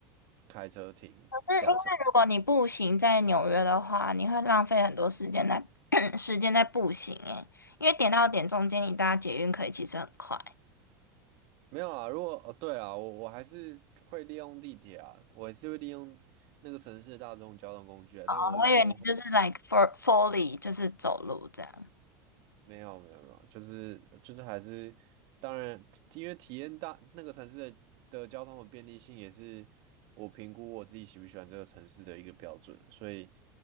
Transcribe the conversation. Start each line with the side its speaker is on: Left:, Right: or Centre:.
Right: 开车停下车，
Left: 可是因为如果你步行在纽约的话，你会浪费很多时间在 <clears throat> 时间在步行诶，因为点到点中间你搭捷运可以其实很快。
Right: 没有啊？如果哦，对啊，我我还是会利用地铁啊，我还是会利用那个城市的大众交通工具啊。
Left: 哦我以为你就是
Right: 但我是说，
Left: like for fully 就是走路这样。
Right: 没有没有没有，就是就是还是，当然，因为体验大那个城市的的交通的便利性也是我评估我自己喜不喜欢这个城市的一个标准，所以